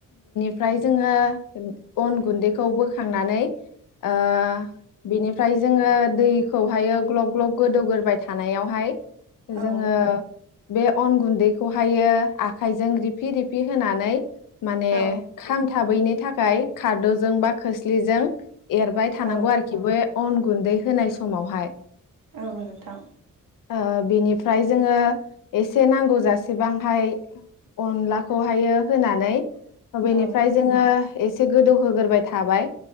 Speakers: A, on the left; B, on the right.
A: ओमफ्राय जोङो अन गुन्दैखौ बोखांनानै। ओ बिनि। ओमफ्राय जोङो दैखौहायो। ग्लब ग्लब गोदौगोराय थानायावहाय। जोङो।
B: औ
A: बे अन गुन्दैखौहायो आखायजों रिफि रिफि होनानै। माने
B: औ
A: खांथाबैनो। थाखाय खारदौजों बा खोस्लिजों। एरबाय थानांगौ
B: औ
A: आरोखिबो। अन गुन्दै होनाय समावहाय।
B: औ नोंथां
A: आ। बिनिफ्राय जोङो एसे नांगौ जसेबांहाय अनलाखौहायो। होनानै बेनिफ्राय
B: औ
A: जोङो। एसे गोदौहोग्राय थाबाय